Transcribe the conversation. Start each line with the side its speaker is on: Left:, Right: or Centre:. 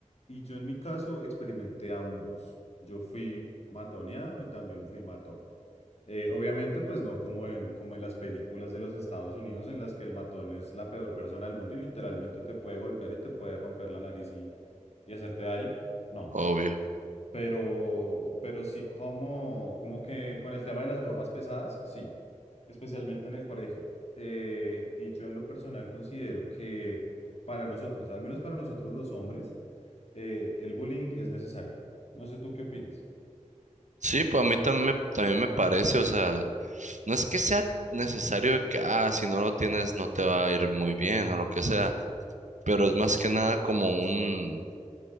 Left: y yo en mi caso experimenté ambos. Yo fui matoneado y también fui matón. Eh, obviamente, pues no como en, como en las películas de los Estados Unidos en las que el matón es la peor persona del mundo y literalmente te puede golpear y te puede romper la nariz y, y hacerte daño. No,
Right: obvio.
Left: pero, pero sí como, como que con el tema de las bromas pesadas, sí, especialmente en el colegio. Eh, y yo en lo personal considero que para nosotros, al menos para nosotros los hombres, eh, el bullying es necesario. No sé tú qué opines.
Right: Sí, pues a mí también me, también me parece, o sea, no es que sea necesario de que, ah, si no lo tienes no te va a ir muy bien o lo que sea, pero es más que nada como un